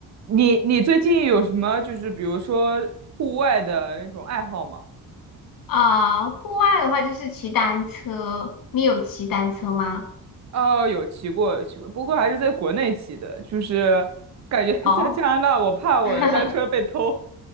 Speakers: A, on the right; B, on the left.
A: 你你最近有什么就是比如说户外的那种爱好吗？
B: 啊、户外的话就是骑单车，你有骑单车吗？
A: 哦，有骑过，有骑过，不过还是在国内骑的，就是感觉 <laughs>
B: 哦，
A: 在加拿大，我怕我的单车被偷。
B: <laughs>